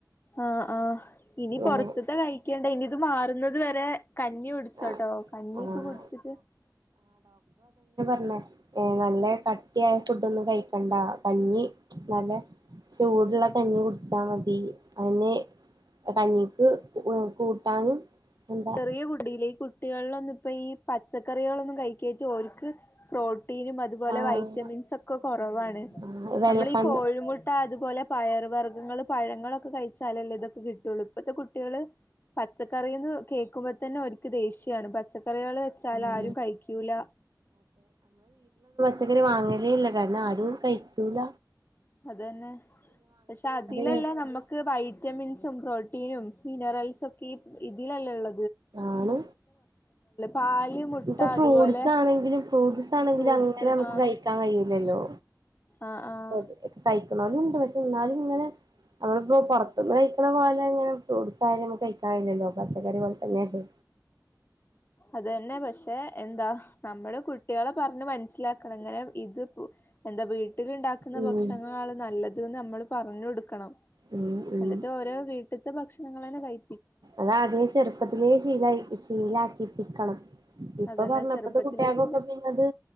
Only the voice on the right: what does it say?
അങ്ങനെ
ആഹ്
ണെ ഏഹ് നല്ലെ ക ട്ട്യായ ഫുഡ് ഒന്നും കഴിക്കണ്ടാ കഞ്ഞി നല്ല ചൂട്ള്ള കഞ്ഞി കുടിച്ചാ മതി അയന്നെ കഞ്ഞിക്ക് കൂട്ടാനും എന്താ
ആഹ്
ആഹ് വെള്ളക്കണ്ണ്
ഉം
ക്കറി വാങ്ങലേ ഇല്ല കാരണം ആരും കയിക്കൂല.
വേസ്റ്റ്
ആണ്.
ഇപ്പൊ ഫ്രൂട്ട്സ്
ആണെങ്കിലും ഫ്രൂട്ട്സ് ആണെങ്കിലും
അങ്ങനെ നമുക്ക്
കയിക്കാൻ കഴിയില്ലല്ലോ.
<unintelligible>
എന്നാലും ഉണ്ട് പക്ഷെ എന്നാലും നിങ്ങളെ അവളിപ്പോ പൊറത്തിന്ന് ക <unintelligible> ഇങ്ങനെ ഫ്രൂട്ട്സ് ആയാലും കഴിക്കാ <unintelligible> പച്ചക്കറി പോലെ തന്നെ അല്ലേ
ഉം
ഉം ഉം
അതാദ്യമേ ചെറുപ്പത്തിലേ ശീലായി <unintelligible> ശീലാക്കിപ്പിക്കണം ഇപ്പൊ
പറഞ്ഞപ്പത്തെ
കുട്ടികൾക്കൊക്കെ
പിന്നെത്